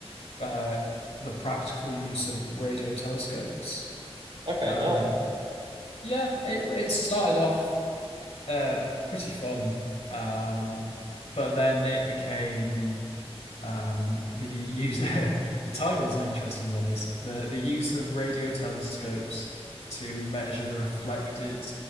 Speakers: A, on the left (about 80°); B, on the right (about 55°).
A: uh, the practical use of radio telescopes.
B: okay,
A: Um,
B: nice. <laughs>
A: yeah, it it started off uh, pretty fun, um, but then it became um, the use <laughs> the title's an interesting one. It's the the use of radio telescopes to measure the reflected